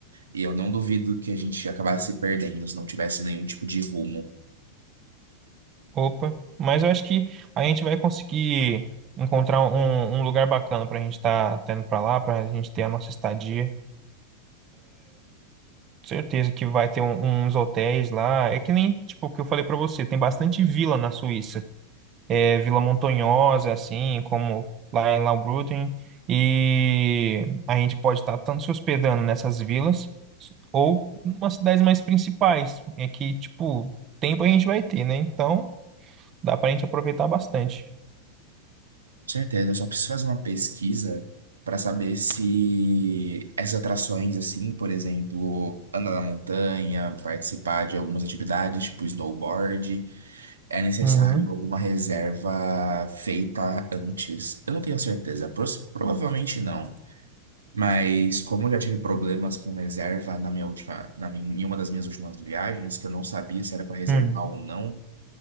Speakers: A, on the right; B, on the right.
A: E eu não duvido que a gente acabasse se perdendo se não tivesse nenhum tipo de rumo.
B: Opa. Mas eu acho que a gente vai conseguir encontrar um, um lugar bacana pra gente estar tá, tá indo pra lá, pra gente ter a nossa estadia. Certeza que vai ter um- uns hotéis lá. É que nem, tipo, o que eu falei pra você, tem bastante vila na Suíça. é, Vila Montanhosa, assim, como lá em Laubrunten, e a gente pode estar tanto se hospedando nessas vilas ou umas cidades mais principais, é que, tipo, tempo a gente vai ter, né? Então, dá pra gente aproveitar bastante.
A: certeza, eu só preciso fazer uma pesquisa para saber se essas atrações, assim, por exemplo, andar na montanha, participar de algumas atividades, tipo snowboard, é necessário
B: Uhum.
A: alguma reserva feita antes. Eu não tenho certeza, pros- provavelmente não. Mas como eu já tive problemas com reserva na minha última, na minha, em uma das minhas últimas viagens, que eu não sabia se era para reservar
B: Hum.
A: ou não,